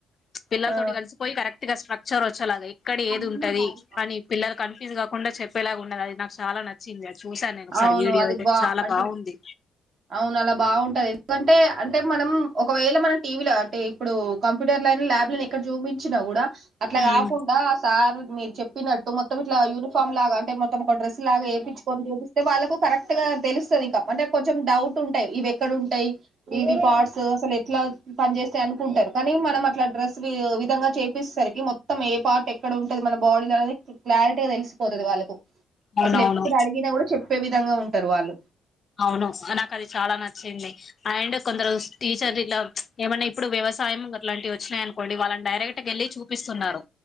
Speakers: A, on the left; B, on the right.
A: ప్చ్ పిల్లల్
B: ఆ
A: తోటి కల్సిపోయ్ కరెక్ట్గ స్ట్రక్చరొచ్చేలాగ ఇక్కడేదుంటది
B: అన్ని బాడీ
A: అని పిల్లల్ కన్ఫ్యూజ్ గా కుండ చెప్పేలాగా ఉన్నదది నాకు చాలా నచ్చింది అది చూశాను నేను ఒకసారి
B: అవును
A: వీడియో
B: అది
A: అయితే
B: బా
A: చాలా
B: అంటే
A: బాగుంది
B: అవును అలా బాగుంటది ఎందుకంటే అంటే మనం ఒకవేళ మనం టీవీలో అంటే ఇప్పుడు కంప్యూటర్ ల్యాబ్లను ఎక్కడ చూపించినా కూడా అట్లా
A: ఉమ్
B: కాకుండా ఆ సార్ మీరు చెప్పినట్టు మొత్తం ఇట్లా యూనిఫామ్ లాగా అంటే మొ త్తం ఒక డ్రెస్ లాగా ఎపిచ్చుకొని చేపిస్తే వాళ్ళకు కరెక్ట్ గా తెలుస్తది ఇంకా అంటే కొంచం డౌట్ ఉంటాయి ఈ వ్యక్ ఎక్కడ ఉంటాయి ఇవి పార్ట్స్ అసలు ఎట్లా పని చేేస్తయ్ అనుకుంటారు కానీ మనం అట్లా డ్రెస్ వి విధంగా చేపిచ్ సరికి మొత్తం ఏ పార్ట్ ఎక్కడ ఉంటంది మన బాడీలో అనేది క్లారిటీగా తెలిసిపోతది వాళ్ళకు
A: అవునవును
B: అసలు ఎప్పుడు అడిగినా కూడా చెప్పే విధంగా ఉంటారు వాళ్ళు
A: అవును నాకు అది చాలా నచ్చింది అండ్ కొందరు స్ టీచర్ ఇలా ఏమన్నా ఇప్పుడు వ్యవసాయం గట్లాంటివి వచ్చినయి అనుకోండి వాళ్ళని డైరెక్ట్ గా వెళ్లి చూపిస్తున్నారు